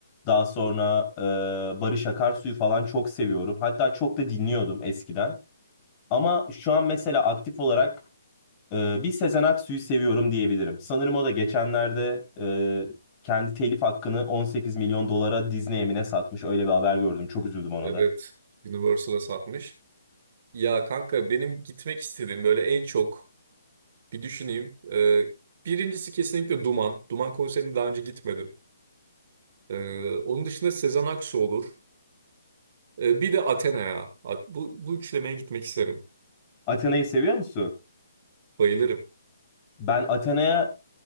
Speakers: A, on the left (about 15°); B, on the right (about 30°).
A: Daha sonra e, Barış Akarsu'yu falan çok seviyorum. Hatta çok da dinliyordum eskiden. Ama şu an mesela aktif olarak ee, bir Sezen Aksu'yu seviyorum diyebilirim. Sanırım o da geçenlerde e, kendi telif hakkını 18 milyon dolara Disney'e mi ne satmış. Öyle bir haber gördüm. Çok üzüldüm ona
B: Evet.
A: da.
B: Universal'a satmış. Ya kanka benim gitmek istediğim böyle en çok bir düşüneyim. E, birincisi kesinlikle Duman. Duman konserine daha önce gitmedim. E, onun dışında Sezen Aksu olur. E, bir de Athena'ya. At- bu, bu üçlemeye gitmek isterim.
A: Athena'yı seviyor musun?
B: Bayılırım.
A: Ben Athena'ya